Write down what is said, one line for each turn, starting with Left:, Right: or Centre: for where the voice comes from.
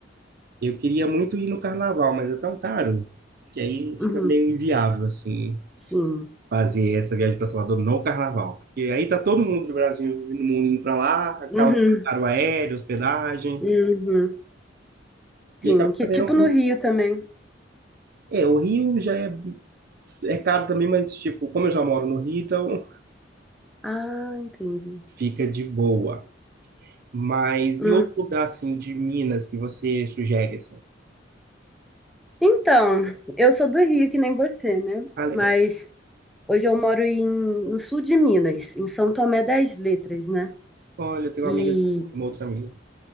Right: Eu queria muito ir no carnaval, mas é tão caro que aí
Centre: Uhum,
Right: fica meio inviável, assim,
Centre: sim.
Right: fazer essa viagem para Salvador no carnaval. Porque aí tá todo mundo do Brasil e do mundo indo para lá, acaba
Centre: Uhum,
Right: ficando caro o aéreo, hospedagem,
Centre: uhum,
Right: e
Centre: sim.
Right: acaba
Centre: Que
Right: também
Centre: tipo
Right: não.
Centre: no Rio também.
Right: É, o Rio já é É caro também, mas, tipo, como eu já moro no Rio, então
Centre: Ah, entendi.
Right: <laughs> fica de boa. Mas
Centre: Hum.
Right: e outro lugar, assim, de Minas que você sugere, assim?
Centre: Então, eu sou do Rio, que nem você, né?
Right: Ah, legal.
Centre: Mas Hoje eu moro em, no sul de Minas, em São Tomé das Letras, né?
Right: Olha, eu tenho
Centre: E
Right: uma amiga, uma outra amiga.